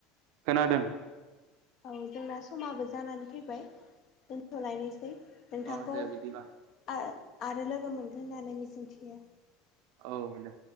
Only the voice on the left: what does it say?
औ जोंना समाबो जानानै फैबाय दोनथ'लायनो नोंथांखौ
आ आरो लोगो मोनगोन होननानै मिजिंथियो